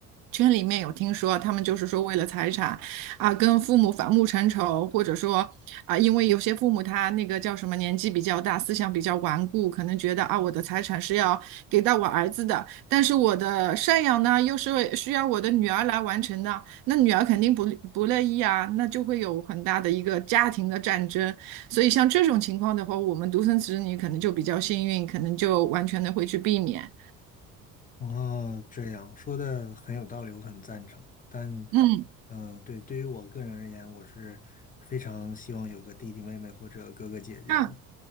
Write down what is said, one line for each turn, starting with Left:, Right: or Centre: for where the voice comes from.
Right: 圈里面有听说，他们就是说为了财产啊，跟父母反目成仇，或者说啊，因为有些父母他那个叫什么年纪比较大，思想比较顽固，可能觉得啊，我的财产是要给到我儿子的，但是我的赡养呢，又是为需要我的女儿来完成的，那女儿肯定不不乐意啊，那就会有很大的一个家庭的战争。所以像这种情况的话，我们独生子女可能就比较幸运，可能就完全的会去避免。
Left: 哦，这样说的很有道理，我很赞成。但，
Right: 嗯，
Left: 呃，对，对于我个人而言，我是非常希望有个弟弟妹妹或者哥哥姐姐的。
Right: 那